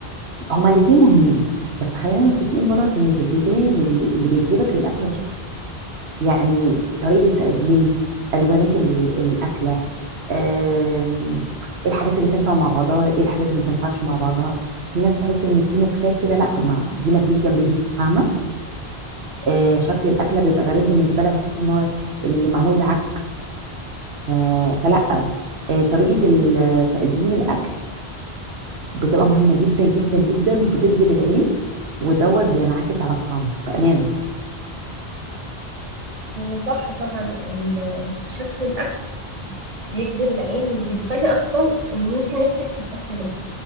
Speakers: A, on the right; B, on the right.
A: هما الاثنين مهمين بس خلينا متفقين برك ان في البدايه اللي بي... اللي بيجذبك للاكل هو شكله يعني طريقة التقديم ألوانات ال- الأكلة آم، ايه الحاجات اللي تنفع مع بعضها ايه الحاجات اللي ما تنفعش مع بعضها في ناس تحس ان في مكسات كده لا ما دي ما تجيش جنب دي فاهمة آه، شكل الأكلة بيبقى غريب بالنسبة لها فتحس ان هو اللي معمول ده عك ف- فلا آه، طريقة ال- تقديم الأكل بتبقى مهمة جدا جدا جدا بتجذب العين ودوت بينعكس على الطعم بأمانة
B: هو صح طبعا ال- شكل الاكل بيجذب العين وبيخلي اصلا ان انت نفسك في الاكل ده